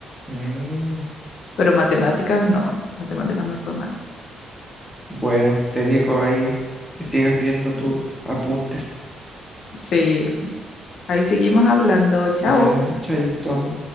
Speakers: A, in the centre; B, on the left.
A: Mm,
B: Pero en matemáticas, no, matemáticas me fue mal.
A: bueno, te dijo ahí que sigas viendo tus apuntes.
B: Sí, ahí seguimos hablando. Chao.
A: Ya, chaito.